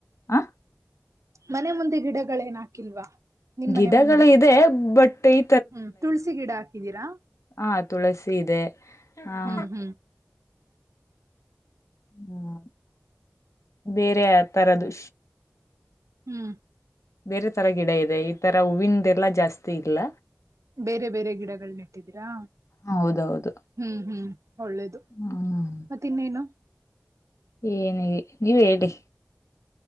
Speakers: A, on the left; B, on the right.
A: ಹಾ
B: ಮನೆ ಮುಂದೆ ಗಿಡಗಳೇನ್ ಹಾಕಿಲ್ವಾ ನಿನ್
A: ಗಿಡಗಳು
B: ಮನೆ ಮುಂದೆ
A: ಇದೆ ಬಟ್ ಈ
B: ಹ್ಮ್ ತುಳಸಿ ಗಿಡ ಹಾಕಿದ್ದೀರಾ
A: ಹಾ ತುಳಸಿ ಇದೆ ಹ
B: ಹ್ಮ್ ಹ್ಮ್
A: ಹ್ಮ್ ಬೇರೆ ಯಾ ತರದು.
B: ಹ್ಮ್
A: ಬೇರೆ ತರ ಗಿಡ ಇದೆ ಈ ತರ ಹೂವಿನದ್ ಎಲ್ಲಾ ಜಾಸ್ತಿ ಇಲ್ಲ.
B: ಬೇರೆ ಬೇರೆ ಗಿಡಗಳನ್ನು ನೆಟ್ಟಿದೀರಾ.
A: ಹೌದೌದು
B: ಹ್ಮ್ ಹ್ಮ್ ಒಳ್ಳೇದು
A: ಹ್ಮ್
B: ಮತ್ತೆ ನೀನು.
A: ಏನುಹೇಳಿ ನೀವೆ ಹೇಳಿ.